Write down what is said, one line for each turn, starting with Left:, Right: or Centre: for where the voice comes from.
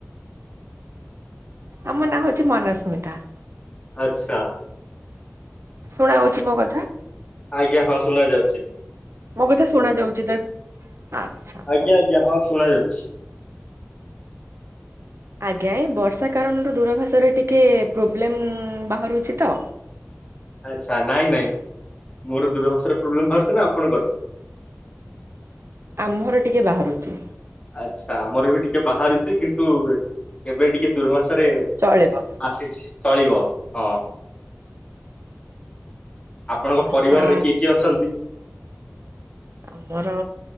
Right: ଆମ ନାଁ ହଉଚି ମନସ୍ମିତା।
Left: ଆଛା।
Right: ଶୁଣା ହଉଚି ମୋ କଥା।
Left: ଆଜ୍ଞା ହଁ ଶୁଣା ଯାଉଚି।
Right: ମୋ କଥା ଶୁଣା ଯାଉଚି ତ ଆଛା ହଉ
Left: ଆଜ୍ଞା ଆଜ୍ଞା ହଁ ଶୁଣା ଯାଉଛି।
Right: ଆଜ୍ଞା ଏଇ ବର୍ଷା କାରଣରୁ ଦୂରାଭାଷାରେ ଟିକେ ପ୍ରୋବ୍ଲେମ୍ ବାହାରୁଛି ତ।
Left: ଆଛା ନାଇଁ ନାଇଁ ମୋର ଦୁରଭାଷରେ ପ୍ରୋବ୍ଲେମ ବାହାରୁଚି ନା ଆପଣଙ୍କର?
Right: ଆମ୍ଭର ଟିକେ ବାହାରୁଛି।
Left: ଆଚ୍ଛା ଆମର ବି ଟିକେ ବାହାରୁଚି କିନ୍ତୁ ଏବେ ଟିକେ ଦୂର୍ଭାଷରେ
Right: ଚଳିବ।
Left: ଆସିଛି ଚଳିବ ହଁ। ଆପଣଙ୍କ
Right: ଆଚ୍ଛା
Left: ପରିବାରରେ କିଏ କିଏ ଅଛନ୍ତି?
Right: ଆମର